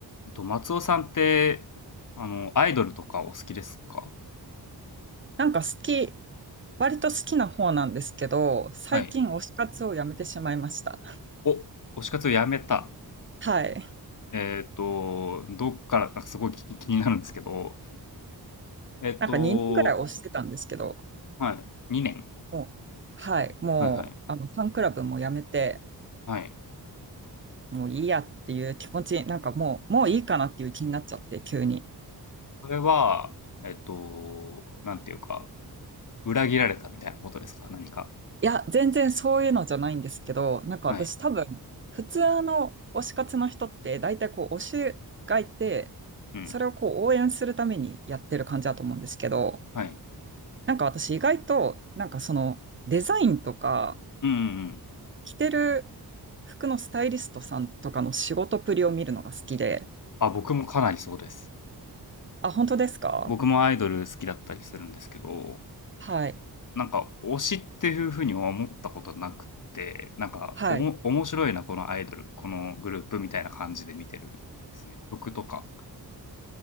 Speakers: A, on the left (about 50°); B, on the right (about 30°).
A: えっと、松尾さんって、あの、アイドルとかお好きですか
B: なんか好き、割と好きな方なんですけど、最近推し活をやめてしまいました。
A: はい。お、推し活をやめた。
B: はい。
A: えっと、どっから、なんかすごい気気になるんですけど、えっと、
B: なんか2年ぐらい推してたんですけど、
A: はい、2年。
B: もう、はい。もう、
A: はいはい。
B: あの、ファンクラブもやめて、
A: はい。
B: もういいやっていう気持ち、なんかもう、もういいかなっていう気になっちゃって、急に。
A: それは、えっと、なんていうか、裏切られたみたいなことですか何か。
B: いや、全然そういうのじゃないんですけど、なんか私多分、
A: はい。
B: 普通の推し活の人って、大体こう、推しがいて、
A: うん。
B: それをこう、応援するためにやってる感じだと思うんですけど、
A: はい。
B: なんか私意外と、なんかそのデザインとか、
A: うんうんうん。
B: 着てる服のスタイリストさんとかの仕事ぶりを見るのが好きで。
A: あ、僕もかなりそうです。
B: あ、本当ですか
A: 僕もアイドル好きだったりするんですけど、
B: はい。
A: なんか推しっていうふうには思ったことなくて、なんかおも面白いな、
B: はい。
A: このアイドル、このグループみたいな感じで見てるんですね。曲とか。